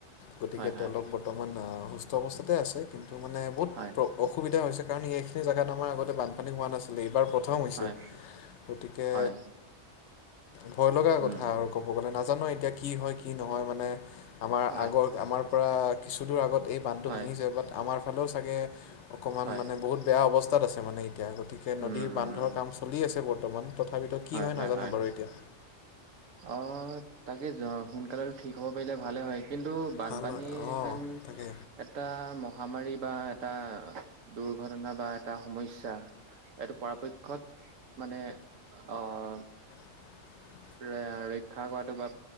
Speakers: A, on the left; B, on the right.
A: গতিকে
B: হয় হয়
A: তেওঁলোক বৰ্তমান সুস্থ অৱস্থাতে আছে। তো মানে বহুত
B: হয়
A: প্ৰ অসুবিধা হৈছে কাৰণ এইখিনি জেগাত আমাৰ আগতে বানপানী হোৱা নাছিলে এইবাৰ প্ৰথম হৈছে
B: হয়
A: গতিকে
B: হয়
A: ভয় লগা কথা
B: উম
A: আৰু ক'ব গ'লে নাজানো এ এতিয়া কি হয় কি নহয় মানে আমাৰ
B: হয়
A: আগৰ আমাৰ পৰা কিছু দূৰ আগত এই বান ভাঙি
B: হয়
A: যাব আমাৰ ফালেও চাগে অকণমান
B: হয়
A: মানে বহুত বেয়া অৱস্থাত আছে মানে। এতিয়া গতিকে নদীৰ
B: উম
A: বান্ধৰ কাম চলি আছে বৰ্তমান তথাপিতো কি
B: হয়- হয়-
A: নাজানো
B: হয়-
A: বাৰু এতিয়া
B: অ' তাকে য সোনকালেতো ঠিক হ'ব পাৰিলে ভালে হয়। কিন্তু বানপানী
A: ভাল হয় অঁ
B: হেন
A: তাকে
B: এটা মহামাৰী বা এটা দুৰ্ঘটনা বা এটা সমস্যা এইটো পৰাপক্ষত মানে অ'
A: <unintelligible>
B: এ ৰক্ষা কৰাটো বা